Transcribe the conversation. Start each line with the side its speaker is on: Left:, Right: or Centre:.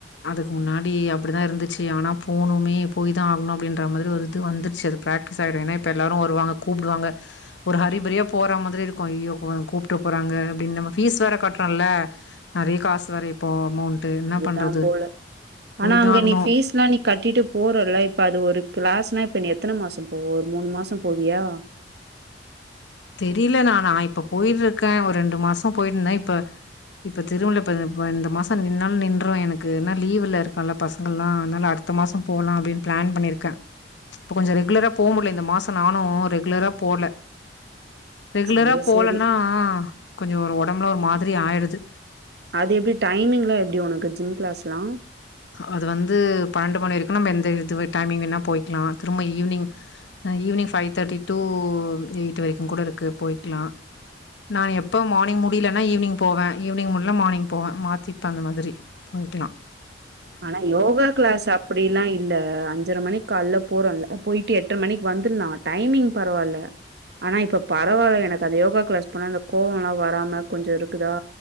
Left: அதுக்கு முன்னாடி அப்பிடிதா இருந்துச்சு ஆனா போனுமே போய் தா ஆகணு அப்டின்ற மாரி ஒரு இது வந்துருச்சு அது பிராக்டிஸ் ஆகிடு ஏன்னா இப்போ எல்லாரு வருவாங்க கூப்பிடுவாங்க ஒரு ஹரிபரியா போற மாதிரி இருக்கு ஐயோ கூப்ற்ற போறாங்க அப்பிடின்னு நம்ம ஃபீஸ் வேற கட்றல்ல நறைய காசு இப்போ அமொவுண்ட் இது என்ன
Right: அதுதான்
Left: பண்றது
Right: போல ஆனா
Left: தான்
Right: அங்க
Left: ஆகணும்.
Right: நீ பீஸ் எல்லா நீ கட்டிட்டு போறல இப்ப அது ஒரு கிளாஸ்னா நீ எத்தன மாசம் போவோம் ஒரு மூணு மாச போவியா
Left: தெரியல நா நா இப்ப போயிட்டு இருக்கே ஒரு ரெண்டு மாச போயினு இருந்தே இப்ப இப்ப தெரும்ல இப்ப இந்த மாச நின்னாலு நின்றுஎனக்கு ஏன்னா லீவ் ல இருக்கல்ல பசங்கள் எல்லா அதனால அடுத்த மாச போலா அப்பிடின்னு பிளான் பண்ணிருக்கே இப்ப கொஞ்ச ரெகுலரா போக முடியல இந்த மாச நானு ரெகுலரா போல ரெகுலரா
Right: சேரி,
Left: போலன்னா
Right: சேரி.
Left: கொஞ்ச ஒருஒர்க் உடம்புலா ஒரு மாரி ஆயிடுது
Right: அது எப்பிடி டைமிங் எல்லா எப்பிடி உனக்கு ஜிம் கிளாஸ் எல்லாம்
Left: அது வந்து பன்னெண்டு மணி வரைக்கு நம்ப எந்த இது டைமிங் வேனா போய்கலாம் திரும்ப evening evening five thirty to eight வரைக்கு கூட இருக்கு போயிக்கலா நா எப்போ மார்னிங் முடியலன்னா ஈவினிங் போவே ஈவினிங் முடியல மார்னிங் போவே மாத்திப்ப அந்த மாரி போயிக்கலாம்
Right: ஆனா யோகா கிளாஸ் அப்பிடி எல்லா இல்ல அஞ்சர மணி கால்ல போறோம்ல போயிட்டு எட்டரை மணிக்கு வந்துடலா டைமிங் பரவால்ல ஆனா இப்ப பரவால்ல எனக்கு அந்த யோகா கிளாஸ் போனா அந்த கோவோல்லா வராம கொஞ்ச இருக்குதா